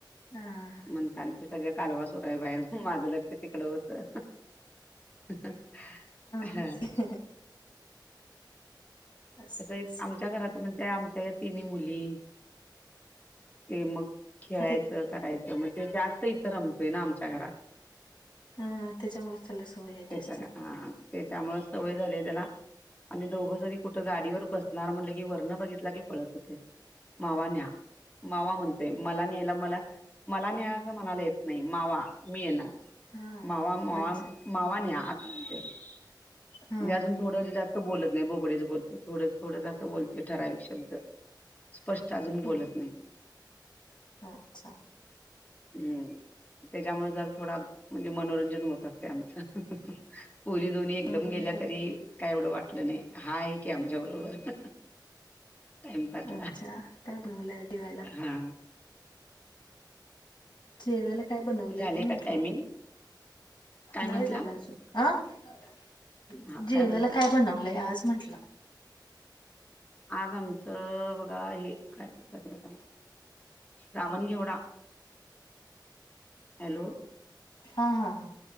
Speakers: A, on the left; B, on the left.
A: हा- हा.
B: म्हणताना ते सगळं कालवा सुरू आहे बाहेर, माझं लक्ष तिकडं होतं. हा ह
A: होयच
B: हा
A: की
B: <unintelligible>
A: असुदे
B: असं ये
A: असुदे
B: आमच्या घरात म्हणजे आमच्या या तिन्ही मुली ते मग खेळायचं
A: हा ते
B: करायचं, मग ते जास्त इथं रमतोय ना आमच्या घरात.
A: हा त्याच्यामुळेच त्याला सवय आहे
B: त्याच्या,
A: जास्त
B: हा त्याच्यामुळे सवय झाली ये त्याला, आम्ही दोघं जरी कुठं गाडीवर तो बसणारा म्हटलं की वरण बघतलं की पळत येतोय, मावा न्या, मावा म्हण ते मला नेयला मला, मला न्या असं म्हणायला येत नाही, मावा मी येणार.
A: हा
B: मावा -मावा,
A: अच्छा अच्छा
B: मावा न्या म्हणजे
A: हा
B: अजून
A: हा
B: थोडं जास्त बोलत नाही, बोबडेच बोलतोय. थोडस, थोडंस असं बोलतो ठराविक शब्द. स्पष्ट अजून बोलत
A: हा
B: नाही.
A: अच्छा
B: हम्, त्याच्यामुळे जर थोडा म्हणजे मनोरंजन होत असते आमचं. पोरी दोन्ही एकदम
A: हम्म
B: गेल्या
A: आत-
B: तरी काय एवढं वाटलं नाही, हा आहे की आमच्या बरोबर. टाइमपासला
A: अच्छा, काय बनवलंय जेवायला?
B: हा
A: जेवायला काय बनवले
B: झाले
A: ते म्हंटलं?
B: का टायमिंग काय
A: नाही
B: म्हंटला
A: झालं अजून, अं
B: हा
A: जेवायला
B: म्हंटला
A: काय बनवलंय आज म्हटलं?
B: आज आमचं बघा हे काय म्हणतात त्याला, श्रावण घेवढा. हॅलो,
A: हा, हा, हा.